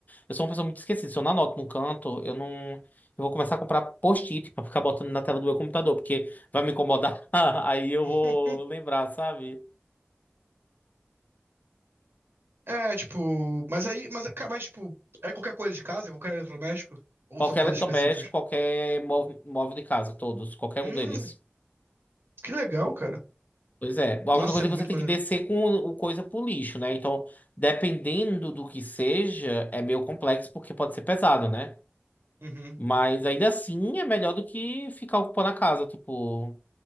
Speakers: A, on the left; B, on the right.
A: Eu sou uma pessoa muito esquecida. Se eu não anoto num canto, eu não. Eu vou começar a comprar post-it pra ficar botando na tela do meu computador, porque vai me incomodar. <laughs> Aí eu
B: <laughs>
A: vou lembrar, sabe?
B: É, tipo, mas aí, mas, ca- mas tipo, é qualquer coisa de casa, é qualquer eletrodoméstico? Ou
A: Qualquer
B: são coisas
A: eletrodoméstico,
B: específicas?
A: qualquer móvel móvel de casa, todos, qualquer
B: Hum,
A: um deles.
B: que legal, cara.
A: Pois é. A
B: Nossa,
A: única coisa
B: é muito
A: é que você tem
B: maneiro.
A: que descer com o coisa pro lixo, né? Então, dependendo do que seja, é meio complexo porque pode ser pesado, né?
B: Uhum,
A: Mas ainda assim é melhor do que ficar ocupando a casa, tipo,